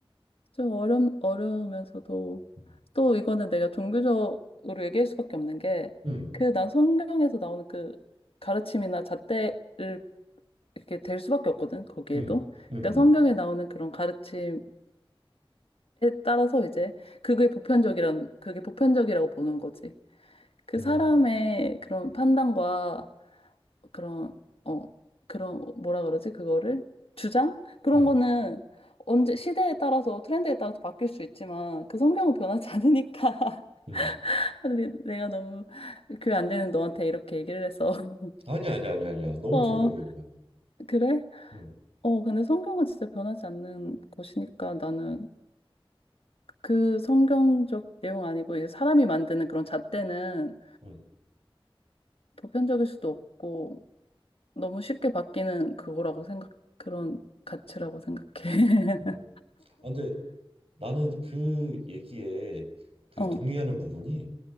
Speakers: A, on the left; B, on the right.
A: 좀 어려, 어려우면서도
B: 음,
A: 또 이거는 내가 종교적으로 얘기할 수밖에 없는 게
B: 음,
A: 그 난 성경에서 나오는 그 가르침이나 잣대를 이렇게 될 수밖에 없거든 거기에도
B: 음, 음,
A: 그러니까 성경에 나오는 그런 가르침에 따라서 이제 그게 보편적이란 그게 보편적이라고 보는 거지 그
B: 음,
A: 사람의 그런 판단과 그런, 어, 그런, 뭐라 그러지? 그거를? 주장? 그런
B: 음,
A: 거는 언제, 시대에 따라서, 트렌드에 따라서 바뀔 수 있지만, 그 성경은 변하지 않으니까. <laughs>
B: 음.
A: 근데 내가 너무 교회 안 되는 너한테 이렇게 얘기를 해서. <laughs>
B: 아니 야 아니 아니 아니야. 너무
A: 어,
B: 좋은 의견이야.
A: 그래?
B: 음,
A: 어, 근데 성경은 진짜 변하지 않는 것이니까 나는 그 성경적 내용 아니고, 이제 사람이 만드는 그런 잣대는
B: 음,
A: 보편적일 수도 없고, 너무 쉽게 바뀌는 그거라고 생각, 그런 가치라고 생각해.
B: 음.
A: <laughs>
B: 아, 근데 나는 그 얘기에 그
A: 어.
B: 동의하는 부분이